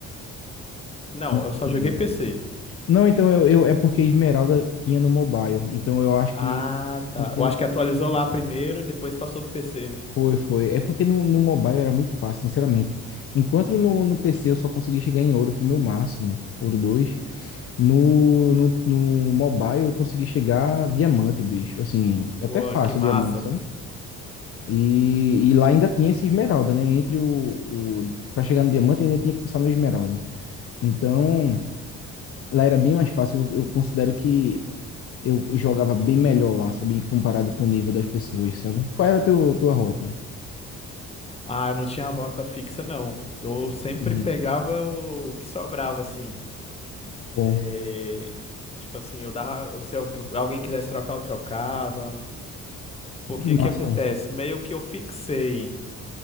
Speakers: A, on the left; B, on the left.
A: Não,
B: Não
A: eu só
B: tinha.
A: joguei PC.
B: Não, então eu, eu- é porque Esmeralda tinha no mobile. Então eu acho
A: Ah,
B: que
A: tá.
B: não tinha
A: Eu acho
B: no PC.
A: que atualizou lá primeiro e depois passou pro PC, né?
B: Foi, foi. É porque no, no mobile era muito fácil, sinceramente. Enquanto no, no PC eu só consegui chegar em ouro, foi meu máximo. Ouro 2. No, no, no mobile eu consegui chegar diamante, bicho. Assim, até
A: Pô,
B: fácil
A: que massa.
B: diamante, né? E, e lá ainda tinha esse esmeralda, né? Entre o, o para chegar no diamante ainda tinha que passar no esmeralda. Então, lá era bem mais fácil. Eu, eu considero que eu jogava bem melhor lá, sabe? Comparado com o nível das pessoas, sabe? Qual era a teu, tua rota?
A: Ah, eu não tinha rota fixa, não. Eu sempre
B: Uhum.
A: pegava o que sobrava, assim.
B: Bom,
A: É, Tipo assim, eu dava. Se al- alguém quisesse trocar, eu trocava. Porque
B: que massa,
A: o que acontece?
B: velho.
A: Meio que eu fixei